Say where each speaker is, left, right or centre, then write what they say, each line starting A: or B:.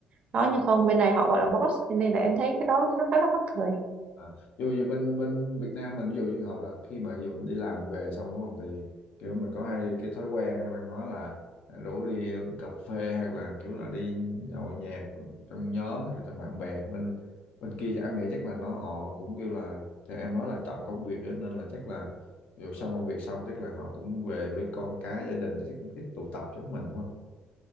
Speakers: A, on the right; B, on the left.
A: đó nhưng không bên này họ gọi là boss cho nên là em thấy cái đó nó khá là mắc cười
B: À, dù dù bên bên Việt Nam mình ví dụ trường hợp là khi mà ví dụ đi làm về xong đúng không thì kiểu mình có hay cái thói quen hay văn hóa là rủ đi cà phê hoặc là kiểu là đi nhậu nhẹt trong nhóm hoặc là trong bạn bè bên bên kia chắc anh nghĩ chắc là nó họ cũng kêu là thì em nói là trọng công việc đó, nên là chắc là ví dụ xong công việc xong chắc là họ cũng về với con cái gia đình chứ chắc cũng ít tụ tập giống mình đúng không?